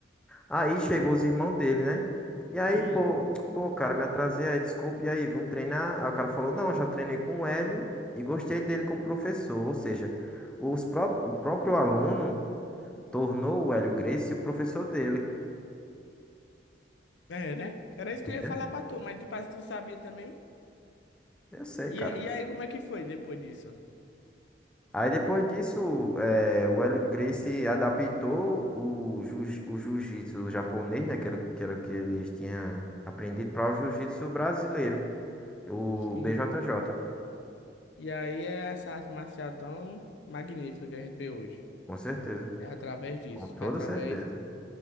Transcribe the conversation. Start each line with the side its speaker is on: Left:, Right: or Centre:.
Centre: Aí chegou os irmãos dele, né? E aí,
Left: Hum.
Centre: pô, pô, cara, me atrasei aí, desculpa, e aí, vamos treinar? Aí o cara falou, não, já treinei com o Hélio e gostei dele como professor. Ou seja, os pró o próprio aluno tornou o Hélio Gracie o professor dele.
Left: É, né? Era isso
Centre: Entendeu?
Left: que eu ia falar pra tu, mas tu, parece que tu sabia também.
Centre: Eu sei,
Left: E,
Centre: cara.
Left: aí- e aí, como é que foi depois disso?
Centre: Aí depois disso, eh, o Hélio Gracie adaptou o, jiu, o jiu-jitsu japonês, né, que era, que era o que eles tinham aprendido, para o jiu-jitsu brasileiro, o
Left: Sim.
Centre: BJJ,
Left: E aí é essa arte marcial tão magnífica que a gente vê hoje.
Centre: com certeza,
Left: É através disso.
Centre: com toda
Left: Foi através.
Centre: certeza.